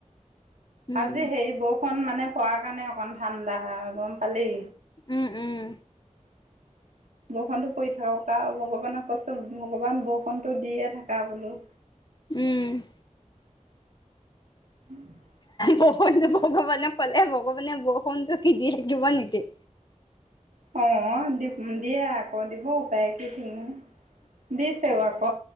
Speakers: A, on the left; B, on the right.
A: উম
B: আজি হেৰি বৰষুণ মানে পৰাৰ কাৰণে অকণ ঠাণ্ডা গম পালি
A: উম উম
B: <inaudible> বৰষুণটো পৰি থাকক আও ভগৱানক কৈছো ভগৱান বৰষুণটো দিয়ে থাকা বোলো
A: উম
B: <inaudible>
A: বৰষুণটো ভগৱানে ক'লে ভগৱানে বৰষুণটো কি দি থাকিব নেকি
B: অ দিব দিয়ে আকৌ দিবও পাৰে কি থিক, দিছে ৱক